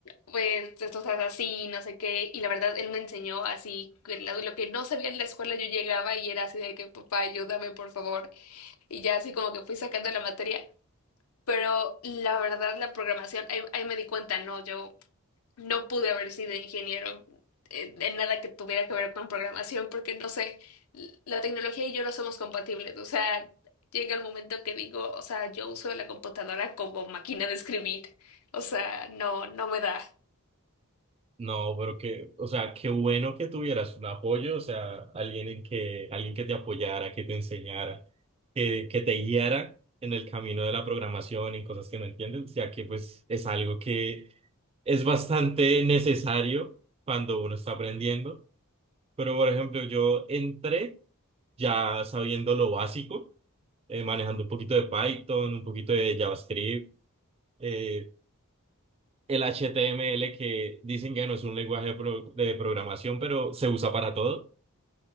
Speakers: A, on the left; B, on the right.
A: pues esto se hace así, no sé qué. Y la verdad, él me enseñó así, que la- lo que no sabía en la escuela yo llegaba y era así de que, papá, ayúdame, por favor. Y ya así como que fui sacando la materia. Pero la verdad, la programación, ahí, ahí me di cuenta, no, yo no pude haber sido ingeniero eh, en nada que tuviera que ver con programación porque no sé, l- la tecnología y yo no somos compatibles. O sea, llega el momento que digo, o sea, yo uso la computadora como máquina de escribir. O sea, no, no me da.
B: No, pero que, o sea, qué bueno que tuvieras un apoyo, o sea, alguien en que, alguien que te apoyara, que te enseñara, que, que te guiara en el camino de la programación, en cosas que no entiendes, ya que pues es algo que es bastante necesario cuando uno está aprendiendo. Pero, por ejemplo, yo entré ya sabiendo lo básico eh, manejando un poquito de Python, un poquito de JavaScript, eh, el HTML que dicen que no es un lenguaje de pro- de programación, pero se usa para todo.